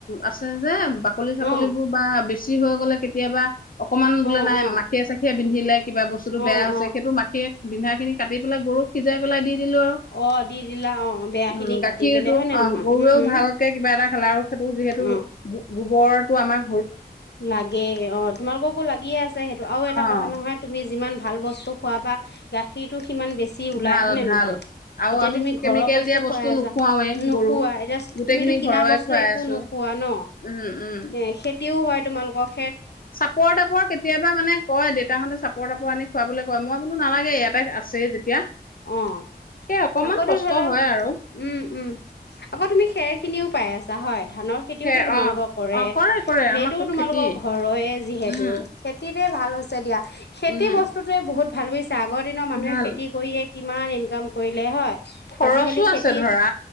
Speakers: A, on the left (about 55°); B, on the left (about 90°).
A: আছ চজাম বাকলি চাকলী
B: অ
A: বোৰ বা <unintelligible> <unintelligible> ছি হৈ গলে কেতিয়াবা অকমান বোলে
B: অ
A: নাই
B: অ
A: মাখিয়ে চাখিয়ে পিন্ধিলে কিবা বস্তুতো
B: অ
A: বেয়া হৈছে
B: অ
A: মাটিয়ে বিন্ধা খিনি কাটি পেলাই গৰুক সিজাই পেলাই দি দিলোঁ আও
B: অ দি দিলা অ বেয়া
A: উ
B: খিনি
A: গাখীৰটো
B: কাটি পেলাই হয় নে
A: অ
B: নহয়
A: গৰুৱেও
B: উম
A: ভালকে কিবা এটা খালে আৰু সেইটো যিহেতু
B: অ
A: <inaudible> গোবৰটো আমাক
B: লাগে অ তোমালোককো লাগিয়ে আছে সেইটো আৰু এটা
A: অ'
B: কথা নহয় তুমি যিমান ভাল বস্তু খোৱা পা গাখীৰটো সিমান বেছি ওলাই
A: ভাল
B: হয়নেে
A: ভাল।
B: নহয়
A: আৰু
B: এতিয়া
A: আমি
B: তুমি
A: কেমিকেল
B: ঘৰৰ বস্তু
A: দিয়া
B: খুৱাই আছা
A: নোখুৱাওৱে
B: নোখোৱা
A: গৰুক।
B: এতিয়া
A: গোটেইখিনি
B: তুমিতটো কিনা
A: ঘৰৰে
B: বস্তু
A: খুৱাই
B: একো
A: আছো
B: নোখোৱা ন
A: উম, উম।
B: এ খেতিও হয় তোমালোকক
A: চাপৰ তাপৰ কেতিয়াবা মানে কয়, দেউতাহঁতে চাপৰ তাপৰ আনে। খোৱাবলৈ কয়, মই বোলো নালাগে এটাই আছেই যেতিয়া।
B: অ'।
A: সেই অকমান
B: আকৌটো
A: কষ্ট
B: ধৰি লওক,
A: হয় আৰু
B: উম, উম, আকৌ তুমি খেৰখিনিও পাই আছা। <unintelligible> ধানৰ খেতিওতো
A: সে
B: তোমালোকৰ
A: অ'
B: কৰে।
A: অ' কৰে
B: সেইটোও
A: আমাৰ চব
B: তোমালোকৰ
A: খেতিয়ে
B: ঘৰৰে যিহেতু
A: উম,
B: খেতিত <unintelligible> ভাল হৈছে দিয়া। খেতি
A: উম
B: বস্তুটোয়ে বহুত ভাল <unintelligible> আগৰ দিনৰ মানুহে
A: ভাল
B: খেতি কৰিয়েই কিমান ইনকাম কৰিলে হয়।
A: খৰচো
B: আজিকালি খেতিৰ,
A: আছে ধৰা